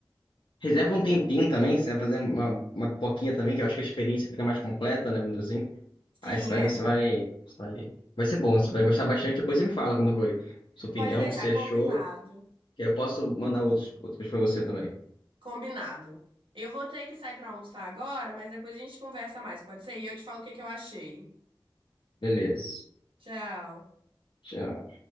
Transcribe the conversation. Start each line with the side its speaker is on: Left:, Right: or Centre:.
Left: Reserva um tempinho também, se você vai fazer uma, uma poquinha também, que eu acho que a experiência fica mais completa, né, vamos dizer assim.
Right: sim,
Left: Aí você vai,
Right: é.
Left: você vai, você vai, vai ser bom, você vai gostar bastante. Depois você me fala como foi sua opinião,
Right: Pode deixar
Left: o que você achou,
Right: combinado.
Left: que aí eu posso mandar outros, outros para você também.
Right: Combinado. Eu vou ter que sair para almoçar agora, mas depois a gente conversa mais, pode ser? E eu te falo o que que eu achei.
Left: Beleza.
Right: Tchau.
Left: Tchau.